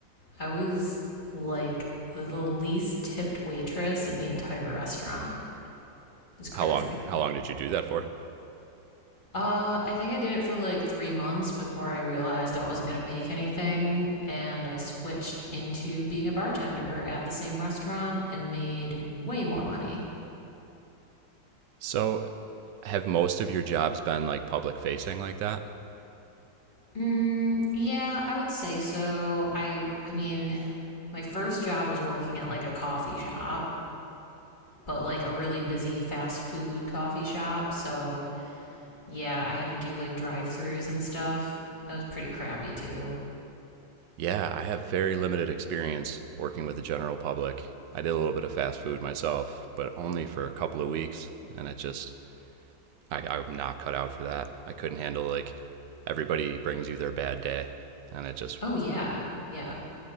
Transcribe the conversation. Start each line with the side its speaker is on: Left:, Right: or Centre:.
Left: I was like the least tipped waitress in the entire restaurant. It was crazy.
Right: How long how long did you do that for?
Left: Uh, I think I did it for like three months before I realized I wasn't gonna make anything, and I switched into being a bartender at the same restaurant and made way more money.
Right: So have most of your jobs been like public facing like that?
Left: Mm, yeah, I would say so. I I mean, my first job was working at like a coffee shop, but like a really busy fast food coffee shop. So, yeah, I had to do like drive-throughs and stuff. That was pretty crappy too.
Right: Yeah, I have very limited experience working with the general public. I did a little bit of fast food myself, but only for a couple of weeks, and it just I, I'm not cut out for that. I couldn't handle like everybody brings you their bad day, and it just
Left: Oh yeah. Yeah.